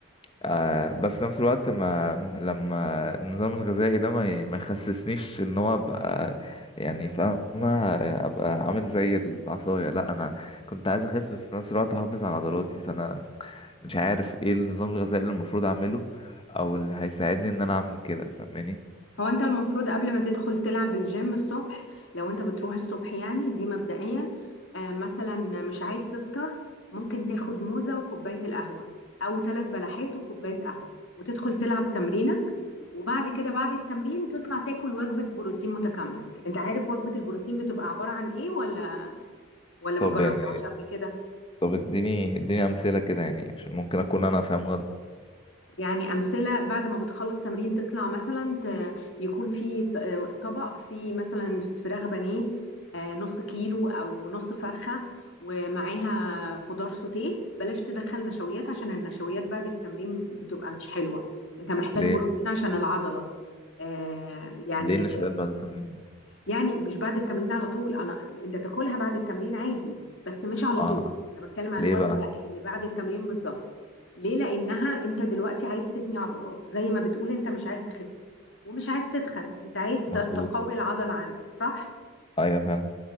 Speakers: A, on the left; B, on the left.
A: آه بس نفس الوقت ما لما النظام الغذائي ده ما, ي- ما يخسسنيش ان هو ابقى يعني فاهمة ابقى عامل زي العصاية لا انا كنت عايز اخس بس في نفس الوقت احافظ على عضلاتي فانا مش عارف ايه النظام الغذائي اللي المفروض اعمله او اللي هيساعدني ان انا اعمل كده فاهماني
B: هو انت المفروض قبل ما تدخل تلعب الجيم الصبح لو انت بتروح الصبح يعني دي مبدئيا آه، مثلا مش عايز تفطر ممكن تاخد موزة وكوباية القهوة او ثلاث بلحات وكوباية قهوة وتدخل تلعب تمرينك وبعد كده بعد التمرين تطلع تاكل وجبة بروتين متكاملة انت عارف وجبة البروتين بتبقى عبارة عن ايه ولا ولا ما
A: طب
B: جربتهاش
A: يعني
B: قبل كده
A: طب اديني اديني امثلة كده يعني عشان ممكن اكون انا فاهم غلط
B: يعني أمثلة بعد ما بتخلص تمرين تطلع مثلا ت- يكون في ط- آه، طبق فيه مثلا فراخ بانيه آه، نص كيلو أو نص فرخة ومعاها خضار سوتيه بلاش تدخل نشويات عشان النشويات بعد التمرين بتبقى مش حلوة أنت محتاج
A: ليه
B: بروتين عشان العضلة آه، يعني
A: ليه النشويات بعد التمرين
B: يعني مش بعد التمرين على طول انا انت تاكلها بعد التمرين عادي بس مش على
A: اه
B: طول
A: آه.
B: انا بتكلم على
A: ليه
B: الوجبه
A: بقى
B: اللي بعد التمرين بالظبط ليه لانها انت دلوقتي عايز تبني عضلات زي ما بتقول انت مش عايز تخس ومش عايز تتخن انت عايز
A: مظبوط
B: ت- تقوي العضله عندك صح
A: ايوه فعلا